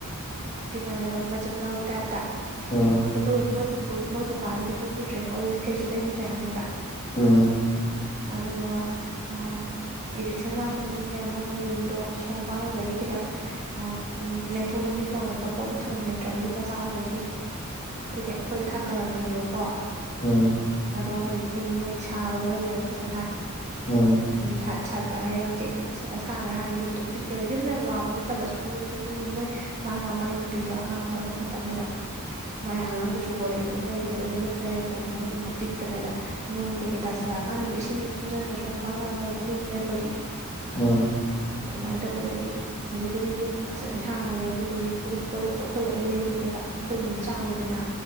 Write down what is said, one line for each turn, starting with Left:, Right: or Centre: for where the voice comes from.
Right: ꯇꯤꯟꯅꯔꯦꯕ ꯃꯆꯤꯟ ꯃꯅꯥꯎꯒꯤ ꯇꯥꯏꯞꯇ
Left: ꯑꯣ
Right: ꯣꯏꯣꯏ ꯃꯣꯏ ꯕꯕꯥꯗꯨꯗꯤ ꯄꯨꯟꯈꯤꯗ꯭ꯔꯦꯀꯣ ꯑꯗꯨꯗꯤ ꯂꯩꯁꯨ ꯂꯩꯈꯤꯗ꯭ꯔꯦ ꯍꯥꯏꯕꯅꯦꯕ
Left: ꯎꯝ
Right: ꯑꯗꯨ ꯑ ꯏꯚꯛꯁꯟ ꯂꯥꯛꯄꯗꯨꯅꯅꯦ ꯃꯣꯏꯒꯤ ꯌꯨꯝꯗꯣ ꯁꯣꯝꯄꯥꯟ ꯑꯣꯏꯕꯒꯤ ꯈꯤꯇꯪ ꯎ ꯂꯦꯡꯊꯣꯛ ꯂꯦꯡꯁꯤꯟ ꯇꯧꯕꯗ ꯄꯣꯠꯇꯣ ꯊꯝꯐꯝ ꯂꯩꯇ꯭ꯔꯕ ꯌꯨꯝ ꯃꯆꯥ ꯑꯣꯏꯕꯒꯤ ꯑꯗꯨꯒꯤ ꯑꯩꯈꯣꯏꯗ ꯊꯥꯡꯒꯠꯂꯛꯄꯅꯦꯕꯀꯣ
Left: ꯎꯝ
Right: ꯑꯗꯣ ꯍꯧꯖꯤꯛ ꯌꯨꯝ ꯃꯣꯏ ꯁꯥꯕ ꯂꯣꯏꯈ꯭ꯔꯦꯕ ꯐꯖꯅ
Left: ꯑꯣ
Right: ꯎ ꯁꯥꯠ ꯁꯥꯠꯀ ꯍꯥꯏꯔꯒ ꯆꯦꯡꯅ ꯐꯖꯅ ꯁꯥꯈ꯭ꯔꯦ ꯍꯥꯟꯅ ꯌꯨꯝꯗꯣ ꯄꯤꯛꯑꯦꯕꯨꯝ ꯌꯥꯝ ꯋꯥꯕꯅꯤ ꯐꯠꯇꯕ ꯁꯨꯝ ꯌꯨꯝꯗ ꯃꯤ ꯃꯣꯏ ꯃꯥꯒ ꯃꯥꯏ ꯅꯨꯄꯤꯒ ꯑꯉꯥꯡ ꯃꯣꯏ ꯑꯍꯨꯝ ꯈꯛꯇꯅꯦꯕ ꯃꯥꯏ ꯑꯉꯥꯡꯗꯨꯁꯨ ꯕꯣꯔꯗꯤꯡꯗ ꯑꯗꯨꯝ ꯂꯩꯕꯅꯦ ꯑꯗꯨꯅ ꯌꯨꯝꯗ ꯂꯩꯇꯦꯅ ꯃꯣꯏ ꯌꯨꯝꯗꯣ ꯄꯤꯛꯄꯅꯦꯗ ꯅꯣꯡ ꯀꯩ ꯀꯩ ꯇꯥꯁꯜꯂꯛꯑ ꯀꯥꯟꯗꯁꯨ ꯏꯁꯤꯡꯁꯤ ꯊꯨꯝꯖꯤꯟꯕ ꯁꯣꯡ ꯃꯄꯥꯟ ꯑꯣꯏꯔꯒ ꯌꯨꯝ ꯅꯦꯝꯕꯒꯤ
Left: ꯎꯝ
Right: ꯑꯗꯨꯃꯥꯏꯅ ꯇꯧꯕꯗꯒꯤ ꯍꯧꯖꯤꯛꯄꯨꯗꯤ ꯌꯨꯝ ꯐꯖꯅ ꯁꯥꯈ꯭ꯔꯦ ꯑꯗꯨꯗꯨꯒꯤ ꯄꯣꯂꯤꯞꯇꯣ ꯑꯩꯈꯣꯏꯗ ꯂꯣꯏ ꯂꯩꯕꯅꯦꯕ ꯑꯩꯈꯣꯏ ꯌꯨꯝ ꯆꯥꯎꯋꯤꯗꯅ